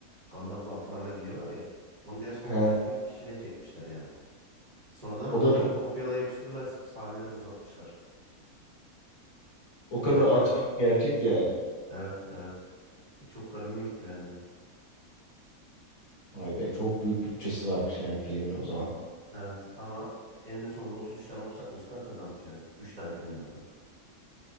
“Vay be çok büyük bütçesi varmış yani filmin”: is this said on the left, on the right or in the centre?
Left